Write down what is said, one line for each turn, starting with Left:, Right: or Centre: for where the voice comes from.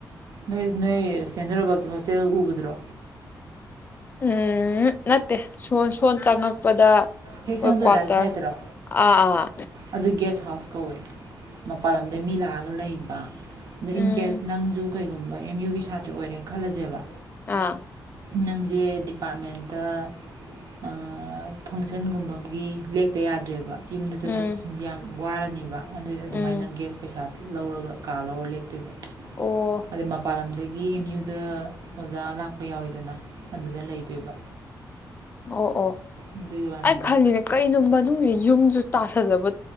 Right: ꯅꯣꯏ-ꯅꯣꯏ ꯁꯦꯟꯗ꯭ꯔꯔꯣꯕꯒꯤ ꯍꯣꯁꯇꯦꯜ ꯎꯕꯗꯨꯔꯣ
Left: ꯎꯝ ꯅꯠꯇꯦ ꯁꯣ-ꯁꯣꯟ ꯆꯪꯉꯛꯄꯗ
Right: ꯍꯦꯛ
Left: ꯍꯣꯏ
Right: ꯆꯪꯕꯗ
Left: ꯀ꯭ꯋꯥꯇꯔ
Right: ꯔꯥꯏꯠ ꯁꯥꯏꯠꯇꯔꯣ
Left: ꯑꯥ-ꯑꯥ
Right: ꯑꯗꯨ ꯒꯦꯁ ꯍꯥꯎꯁ ꯀꯧꯋꯦ ꯃꯄꯥꯟ ꯂꯝꯗꯒꯤ ꯃꯤ ꯂꯥꯛꯑꯒ ꯂꯩꯕ ꯑꯗ
Left: ꯎꯝ
Right: ꯏꯟ ꯀꯦꯁ ꯅꯪꯖꯨ ꯀꯩꯒꯨꯝꯕ ꯑꯦꯝ ꯌꯨꯒꯤ ꯁꯥꯇ꯭ꯔꯥ ꯑꯣꯏꯔꯦ ꯈꯜꯂꯖꯦꯕ
Left: ꯑꯥ
Right: ꯅꯪꯖꯦ ꯗꯤꯄꯥ꯭ꯔꯠꯃꯦꯟꯇ ꯑꯥ ꯐꯪꯁꯟ ꯀꯟꯒꯨꯝꯕꯝꯒꯤ ꯂꯦꯛꯇ ꯌꯥꯗ꯭ꯔꯦꯕ ꯌꯨꯝꯗ ꯆꯠꯊꯣꯛ
Left: ꯎꯝ
Right: ꯆꯠꯁꯤꯟꯗꯤ ꯌꯥꯝ ꯋꯥꯔꯥꯅꯤꯕ ꯑꯗꯨ-ꯑꯗꯨꯃꯥꯏꯅ
Left: ꯎꯝ
Right: ꯒꯦꯁ ꯄꯩꯁꯥ ꯂꯧꯔꯒ ꯀꯥ ꯂꯧꯔꯒ ꯂꯦꯛ ꯇꯨꯕ
Left: ꯑꯣ
Right: ꯑꯗꯩ ꯃꯄꯥꯟ ꯂꯝꯗꯒꯤ ꯒꯤ ꯑꯦꯝ ꯌꯨꯗ ꯑꯣꯖꯥ ꯂꯥꯛꯄ ꯌꯥꯎꯋꯤꯗꯅ ꯑꯗꯨꯗ ꯂꯩꯗꯣꯏꯕ
Left: ꯑꯣ-ꯑꯣ
Right: ꯑꯗꯨꯒꯤ ꯋꯥꯅꯤꯗ
Left: ꯑꯩ ꯈꯜꯂꯤꯔ ꯀꯩꯅꯣ ꯃꯅꯨꯡꯖꯤ ꯌꯨꯝꯖꯨ ꯇꯥꯁꯟꯂꯕ